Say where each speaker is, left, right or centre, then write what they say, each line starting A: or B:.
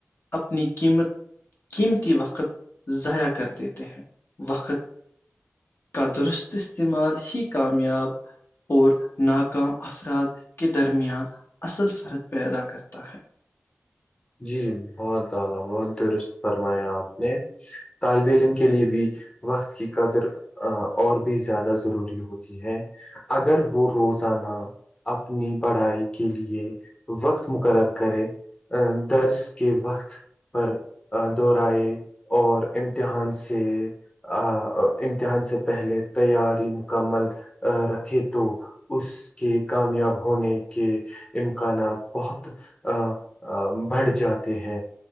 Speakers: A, on the left; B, on the left.
A: اپنی قیمت قیمتی وقت ضائع کر دیتے ہیں وقت کا درست استعمال ہی کامیاب اور ناکام افراد کے درمیان اصل فرد پیدا کرتا ہے
B: جی بہت اعلی بہت درست فرمایا آپ نے طالب علم کے لیے بھی وقت کی قدر اور بھی زیادہ ضروری ہوتی ہے اگر وہ روزانہ اپنی پڑھائی کے لیے وقت مقرر کرے درس کے وقت پر دہرئے اور امتحان سے آ امتحان سے پہلے تیاری مکمل رکھے تو اس کے کامیاب ہونے کے امکانات بہت ا بڑھ جاتے ہیں